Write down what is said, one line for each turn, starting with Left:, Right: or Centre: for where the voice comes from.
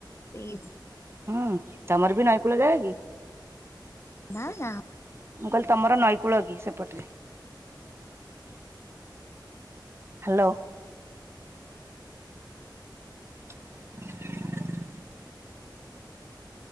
Left: <unintelligible>
Right: ହଁ ତମର ବି ନଈକୂଳ ଯାଗା କି?
Left: ନା ନା
Right: ମୁଁ କହିଲି ତମର ନଈକୂଳ କି ସେପଟରେ? ହ୍ୟାଲୋ <inaudible>